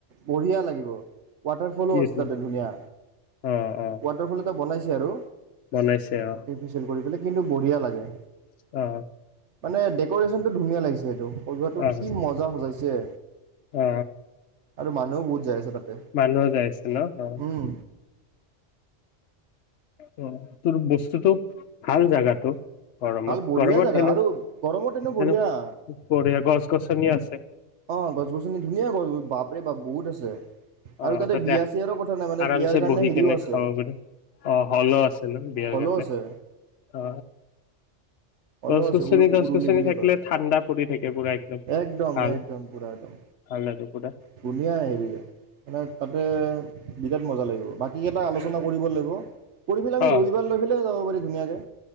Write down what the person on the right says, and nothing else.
বঢ়িয়া লাগিব। ৱাটাৰফলো
আছে তাতে ধুনীয়া।
ৱাটাৰফল এটা বনাইছ যে আৰু
আৰ্টিফিচিয়েল কৰি কিন্তু বঢ়িয়া লাগে।
মানে ডেক'ৰেশ্যন টো ধুনীয়া লাগিছে সেইটো।
কি মজা সজাইছে।
আৰু মানুহো বহুত যাই আছে তাতে
উম
ভাল বঢ়িয়া
জাগা
আৰু, গৰমত এনে
বঢ়িয়া।
অ, গছ গছনি ধুনীয়া গছ বাপৰে বাপ বহুত আছে।
আৰু
বিয়া চিয়াৰো কথা নাই মানে
বিয়াৰ কাৰণে
হেৰিও
আছে
হলো
আছে
হলো
আছে
উ
উৰুলি
বুলি
কয়
একদম
একদম পুৰা একদম
ধুনীয়া এৰিয়া। মানে তাতে, বিৰাট মজা লাগিব। বাকী এইকেইটা আলোচনা কৰিব লাগিব। কৰি পেলে আমি
ৰবিবাৰ লৈ পেলেও যাব পাৰি ধুনীয়াকে।